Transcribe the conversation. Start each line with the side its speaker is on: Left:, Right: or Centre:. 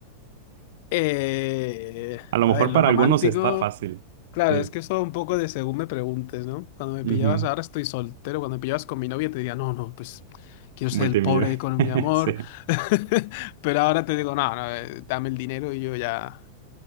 Left: Eh,
Right: A lo
Left: a
Right: mejor
Left: ver, lo
Right: para
Left: romántico.
Right: algunos está fácil.
Left: Claro,
Right: Sí.
Left: es que eso un poco de según me preguntes, ¿no? Cuando me
Right: Ujú.
Left: pillabas ahora estoy soltero, cuando me pillabas con mi novia te diría, no, no, pues quiero
Right: Multimillonario.
Left: ser el pobre con mi amor.
Right: <laughs> Sí.
Left: <laughs> Pero ahora te digo, no, no, eh, dame el dinero y yo ya.